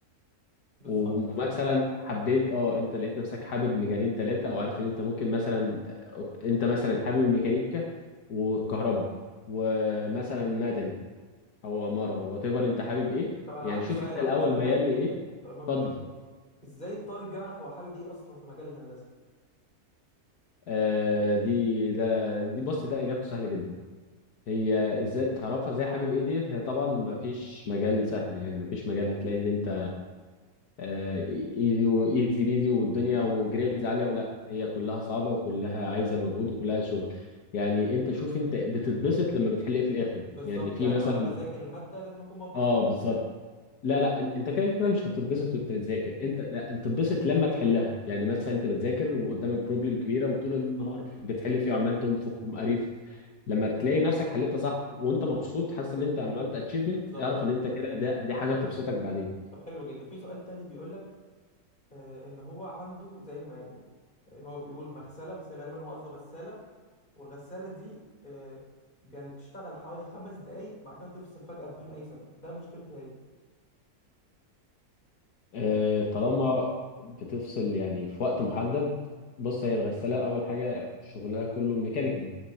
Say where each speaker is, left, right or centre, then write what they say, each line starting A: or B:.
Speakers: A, on the left; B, on the left.
A: بالظبط
B: ومثلا
A: بالظبط
B: حبيت اه انت لقيت نفسك حابب مجالين ثلاثه او عارف ان انت ممكن مثلا انت مثلا حابب الميكانيكا والكهرباء ومثلا مدني او عماره وات ايفر انت حابب ايه
A: طب انا
B: يعني
A: عندي
B: شوف
A: سؤال
B: انت
A: عندي
B: الاول
A: سؤال
B: ميال
A: مهم جدا
B: لايه
A: سؤال
B: اتفضل
A: مهم جدا ازاي الطالب يعرف هو حابب ايه اصلا في مجال الهندسه
B: آه دي ده دي بص ده اجابته سهله جدا هي ازاي تعرفها ازاي حابب ايه دي هي طبعا ما فيش مجال سهل يعني ما فيش مجال هتلاقي ان انت ايزي وايزي بيزي والدنيا وجريدز عاليه ولا هي كلها صعبه وكلها عايزه مجهود وكلها شغل يعني انت شوف انت بتتبسط لما بتحل ايه في الاخر
A: بالظبط
B: يعني في
A: يعني
B: مثلا
A: وانا بذاكر الماده لازم اكون مبسوط
B: اه
A: وانا
B: بالظبط
A: بذاكرها
B: لا لا ان- انت كده كده مش هتتبسط وانت بتذاكر انت لا انت بتتبسط لما تحلها يعني مثلا انت بتذاكر وقدامك بروبلم كبيره وطول النهار بتحل فيه وعمال تنفخ ومقريف لما تلاقي نفسك حلتها صح وانت مبسوط حاسس ان انت عملت اتشيفمنت
A: بالظبط
B: اعرف
A: بالظبط
B: ان انت كده ده دي حاجه تبسطك بعدين
A: طب حلو جدا في سؤال تاني بيقول لك آه، ان هو عنده زي ما يعني آه، هو بيقول مغسله بس هي غالبا هو قصده غساله والغساله دي آه، يعني تشتغل حوالي خمس دقايق بعد كده تفصل فجاه بدون اي سبب ده مشكلتها ايه
B: آه، طالما بتفصل يعني في وقت محدد بص هي الغسالة أول حاجة شغلها كله ميكانيكال